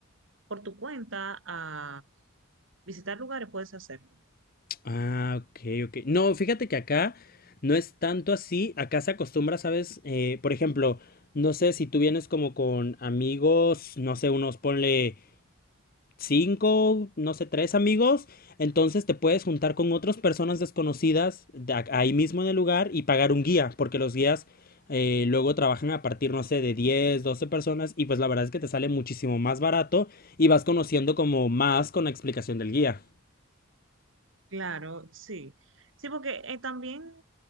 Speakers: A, on the right; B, on the left.
A: por tu cuenta a visitar lugares, puedes hacerlo.
B: Ah, ok, ok. No, fíjate que acá no es tanto así. Acá se acostumbra, ¿sabes? Eh, por ejemplo, no sé si tú vienes como con amigos, no sé, unos ponle cinco, no sé, tres amigos. Entonces te puedes juntar con otras personas desconocidas de ac- ahí mismo en el lugar y pagar un guía, porque los guías eh, luego trabajan a partir, no sé, de 10, 12 personas y pues la verdad es que te sale muchísimo más barato y vas conociendo como más con la explicación del guía.
A: Claro, sí. Sí, porque eh, también